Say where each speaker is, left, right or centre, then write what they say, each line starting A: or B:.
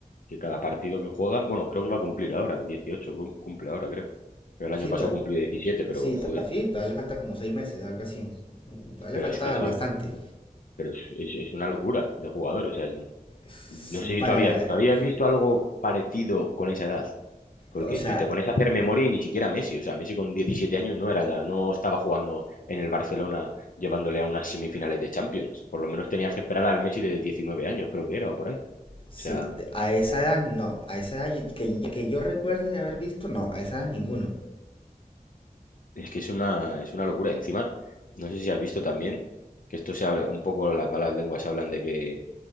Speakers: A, on the left; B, on the left.
A: que cada partido que juega, bueno, creo que va a cumplir ahora, 18, cum- cumple ahora, creo. El año
B: Sí,
A: pasado
B: to-
A: cumplió 17, pero
B: sí,
A: joder,
B: to- sí, todavía le falta como seis meses, algo así. Mm, Todavía le
A: pero
B: falta
A: es que ese-
B: bastante.
A: pero es, es- es una locura de jugador. O sea,
B: Sí,
A: no sé si
B: para
A: tú habías,
B: la...
A: ¿tú habías visto
B: sí.
A: algo parecido con esa edad Porque
B: O sea,
A: yo- te pones a hacer memoria y ni siquiera Messi. O sea, Messi con 17 años no era, no estaba jugando en el Barcelona llevándole a unas semifinales de Champions. Por lo menos tenías que esperar al Messi de 19 años, creo que era, o por ahí. O
B: sí,
A: sea,
B: de- a esa edad no. A esa edad que, que yo recuerde de haber visto, no. A esa edad ninguno.
A: es que es una, es una locura. Encima, no sé si has visto también que esto se habla, un poco las malas lenguas hablan de que